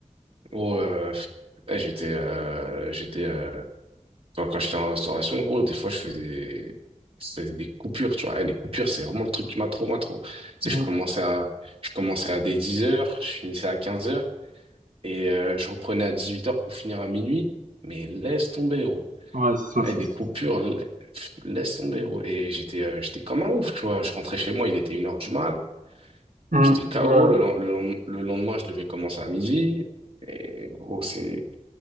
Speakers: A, on the right (about 45°); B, on the right (about 80°).
A: gros, euh, ouais, j'étais, euh, j'étais, euh, enfin, quand j'étais en restauration, gros, des fois, je faisais des, je faisais des coupures, tu vois. Eh, les coupures, c'est vraiment le truc qui m'a trop, moi, trop. Tu sais,
B: Mm.
A: je commençais à, je commençais à des 10 heures, je finissais à 15 heures, et euh, je reprenais à 18 heures pour finir à minuit, mais laisse tomber, gros.
B: Ouais, c'est ça,
A: Eh,
B: c'est
A: des
B: ça.
A: coupures, la- pff, laisse tomber, gros. Et j'étais euh, j'étais comme un ouf, tu vois. Je rentrais chez moi, il était une heure du mat.
B: Mm.
A: J'étais KO.
B: Ouais.
A: Le, len- le, len- le lendemain, je devais commencer à midi. Et gros, c'est